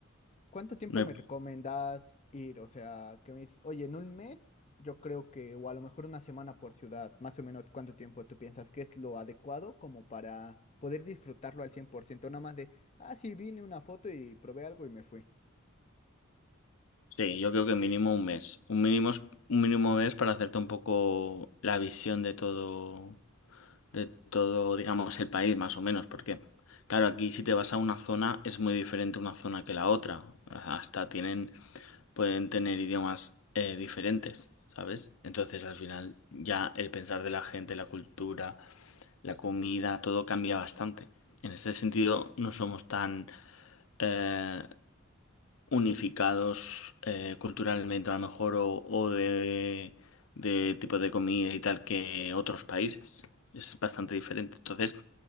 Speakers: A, on the left; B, on the left.
A: ¿Cuánto tiempo
B: No
A: me
B: hay-
A: recomendás ir? O sea, que me dices, oye, en un mes, yo creo que, o a lo mejor una semana por ciudad, más o menos cuánto tiempo tú piensas que es lo adecuado como para poder disfrutarlo al 100%, nada más de, ah, sí, vine una foto y probé algo y me fui.
B: Sí, yo creo que mínimo un mes. Un mínimo, es- un mínimo mes para hacerte un poco la visión de todo, de todo, digamos, el país, más o menos, porque, claro, aquí si te vas a una zona es muy diferente una zona que la otra. Hasta tienen, pueden tener idiomas eh, diferentes, ¿sabes? Entonces, al final, ya el pensar de la gente, la cultura, la comida, todo cambia bastante. En este sentido, no somos tan, eh, unificados eh, culturalmente a lo mejor o, o de, de tipo de comida y tal que otros países. Es bastante diferente. Entonces,